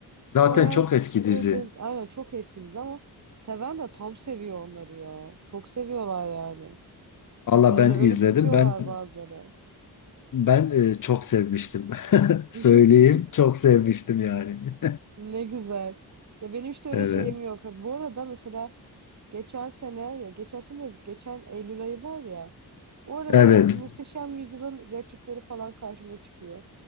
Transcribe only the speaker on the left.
Zaten
çok
eski dizi.
Valla
ben
izledim.
Ben
ben e, çok sevmiştim. <laughs> Söyleyeyim,
çok sevmiştim yani. <laughs>
Evet.
Evet.